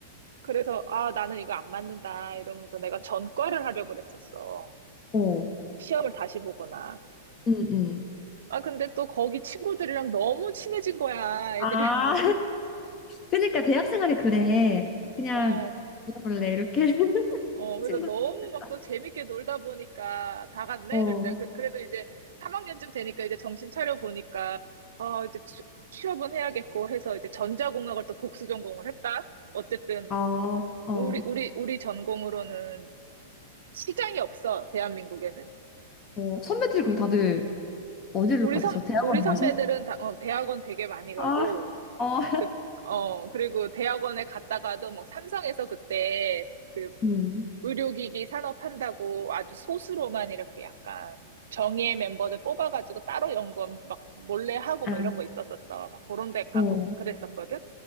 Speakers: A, on the right; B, on the left.
A: 그래서, 아, 나는 이거 안 맞는다. 이러면서 내가 전과를 하려고 그랬었어.
B: 어,
A: 시험을 다시 보거나.
B: 음, 음.
A: 아, 근데 또 거기 친구들이랑 너무 친해진 거야, 애들이.
B: 아,
A: <laughs>
B: 그러니까 대학 생활이 그래. 그냥
A: 어,
B: 놀아볼래 이렇게 <laughs>
A: 어, 그래서
B: 친구.
A: 너무
B: 들
A: 막 또 재밌게 놀다 보니까 다 갔네?
B: 어,
A: 그랬다. 그, 그래도 이제 3학년쯤 되니까 이제 정신 차려 보니까, 어, 이제 취- 취업은 해야겠고 해서 이제 전자공학을 또 복수 전공을 했다. 어쨌든,
B: 아, 어,
A: 우리, 우리, 우리 전공으로는 시장이 없어, 대한민국에는.
B: 어. 선배들 그럼 다들 어디로
A: 우리
B: 빠지죠?
A: 선,
B: 대학원
A: 우리 선배들은
B: 가셔?
A: 다, 어, 대학원 되게 많이 가고,
B: 아, 어,
A: 그, 어, 그리고 대학원에 갔다가도 뭐 삼성에서 그때 그
B: 음,
A: 의료기기 산업한다고 아주 소수로만 이렇게 약간 정예 멤버들 뽑아가지고 따로 연구원 막 몰래 하고
B: 아,
A: 막 이런 거 있었었어. 막 그런 데 가고
B: 어,
A: 막 그랬었거든.